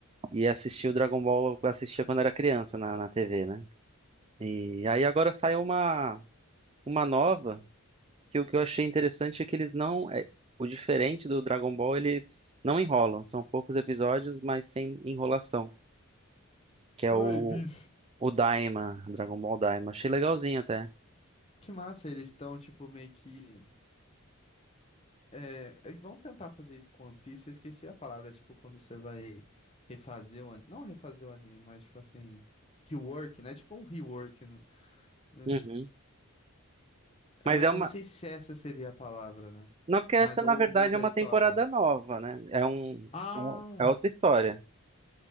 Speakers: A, on the right (about 25°); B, on the left (about 30°).
A: E assisti o Dragon Ball, eu assistia quando era criança na, na TV, né? E aí agora saiu uma, uma nova, que o que eu achei interessante é que eles não. é, o diferente do Dragon Ball, eles não enrolam. São poucos episódios, mas sem enrolação. Que é o
B: Ai, eles.
A: O Daima, Dragon Ball Daima. Achei legalzinho até.
B: Que massa, eles estão, tipo, meio que. É, é, vão tentar fazer isso com One Piece. Eu esqueci a palavra, tipo, quando você vai refazer o anime. Não refazer o anime, mas, tipo assim. Rework, né? Tipo um rework. né? Mas,
A: Uhum.
B: é,
A: Mas
B: mas
A: é uma.
B: eu não sei se essa seria a palavra, né?
A: Não, porque essa,
B: Mas ou
A: na verdade,
B: muda
A: é uma
B: a história.
A: temporada nova, né? É um.
B: Ah,
A: É um, é outra história.